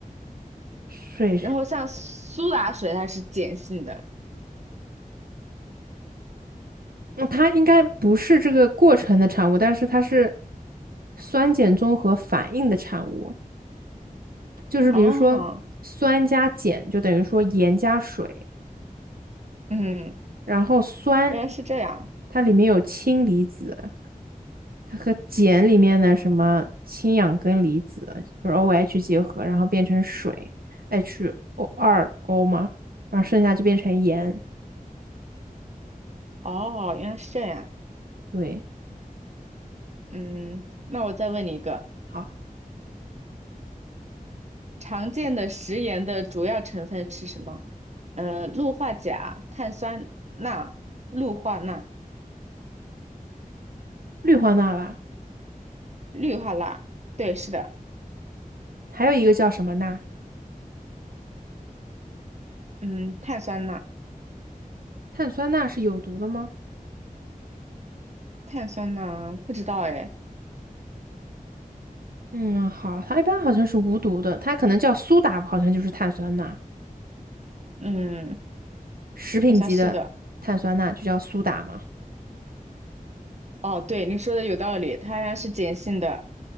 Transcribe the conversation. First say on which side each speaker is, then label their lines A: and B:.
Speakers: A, on the right; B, on the right.
A: 水是，
B: 然后像苏打水它是碱性的。
A: 嗯它应该不是这个过程的产物，但是它是酸碱综合反应的产物。就是比如说酸加碱就等于说盐加水，
B: 哦，嗯，
A: 然后酸
B: 原来是这样。
A: 它里面有氢离子，它和碱里面的什么氢氧根离子就是 OH 结合，然后变成水 HO2O 嘛，然后剩下就变成盐。
B: 嗯，哦，原来是这样。
A: 对。
B: 嗯，那我再问你一个，
A: 好。
B: 常见的食盐的主要成分是什么？呃，氯化钾、碳酸钠、氯化钠、
A: 氯化钠吧，
B: 氯化钠。对，是的。
A: 还有一个叫什么钠？
B: 嗯，碳酸钠，
A: 碳酸钠是有毒的吗？
B: 碳酸钠不知道哎，
A: 嗯，好，它一般好像是无毒的，它可能叫苏打，好像就是碳酸钠，
B: 嗯，
A: 食品级的碳酸钠就叫苏打嘛。
B: 好像是的。哦，对，你说的有道理，它是碱性的。